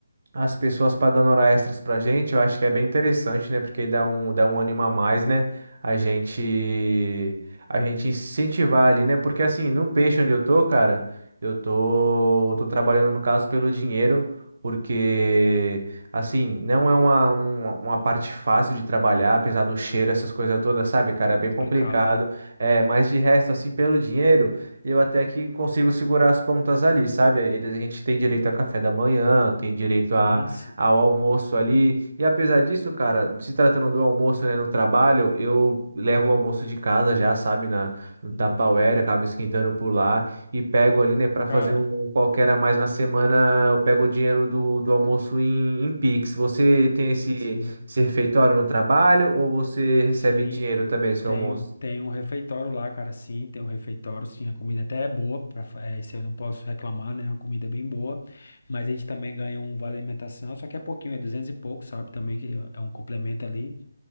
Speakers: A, on the right; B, on the left.
A: As pessoas pagando hora extras pra gente, eu acho que é bem interessante, né? Porque dá um, dá um ânimo a mais, né? A gente, a gente incentivar ali, né? Porque assim, no peixe onde eu tô, cara, eu tô, tô trabalhando no caso pelo dinheiro, porque assim, não é uma, uma, uma parte fácil de trabalhar, apesar do
B: Sim,
A: cheiro, essas coisas todas, sabe, cara? É bem
B: Complicado,
A: complicado.
B: né?
A: É, mas de resto, assim, pelo dinheiro. Eu até que consigo segurar as pontas ali, sabe? Eles- A gente tem direito a café da manhã, tem direito
B: Sim,
A: a,
B: sim,
A: ao almoço ali. E apesar disso, cara, se tratando do almoço, né, no trabalho, eu levo o almoço de casa já, sabe? Na, no
B: sim.
A: Tupperware, acabo esquentando por lá e pego ali, né, para
B: Cara,
A: fazer um um qualquer a mais na semana, eu pego o dinheiro do, do almoço em, em Pix. Você tem esse,
B: sim, sim.
A: esse refeitório no trabalho ou você recebe
B: Sim,
A: em dinheiro também, seu
B: Tem,
A: almoço?
B: um- tem um refeitório lá, cara, sim, tem um refeitório, sim, a comida até é boa, pra, fa- é, isso eu não posso reclamar, né, a comida é bem boa, mas a gente também ganha um vale alimentação, só que é pouquinho, é 200 e pouco, sabe, também que é um complemento ali,